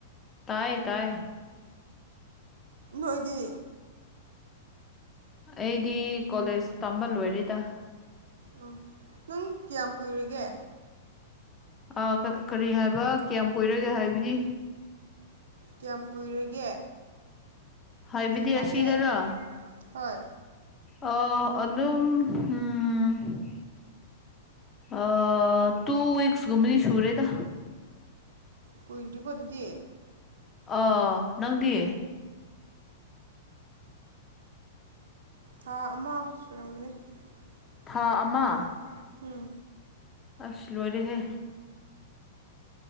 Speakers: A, on the left (about 20°); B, on the right (about 85°).
A: ꯇꯥꯏ ꯇꯥꯏ
B: ꯅꯣꯏꯗꯤ
A: ꯑꯩꯗꯤ ꯀꯣꯂꯦꯖ ꯇꯝꯕ ꯂꯣꯏꯔꯦꯗ
B: ꯑꯣ ꯅꯪ ꯀꯌꯥꯝ ꯀꯨꯏꯔꯒꯦ
A: ꯑ ꯀꯔꯤ ꯍꯥꯏꯕ ꯀꯌꯥꯝ ꯀꯨꯏꯔꯒꯦ ꯍꯥꯏꯕꯗꯤ
B: ꯀꯌꯥꯝ ꯀꯨꯏꯔꯒꯦ
A: ꯍꯥꯢꯕꯗꯤ
B: ꯒ꯭ꯌꯥꯟ ꯇꯥꯗꯦ
A: ꯑꯁꯤꯗꯔꯣ
B: ꯍꯣꯏ
A: ꯑ ꯑꯗꯨꯝ ꯎꯝ ꯑ ꯇꯨꯋꯤꯛꯁꯒꯨꯃꯅꯤ ꯁꯨꯨꯔꯦꯗ
B: ꯀꯨꯏꯗ꯭ꯔꯤꯀꯣ ꯑꯗꯨꯗꯤ
A: ꯑ ꯅꯪꯗꯤ
B: ꯊꯥ ꯑꯃ ꯁꯨꯔꯝꯒꯅꯤ ꯎꯝ
A: ꯊꯥ ꯑꯃ
B: ꯊꯥ ꯑꯃꯥ ꯎꯝ
A: ꯑꯁ ꯂꯣꯏꯔꯦꯍꯦ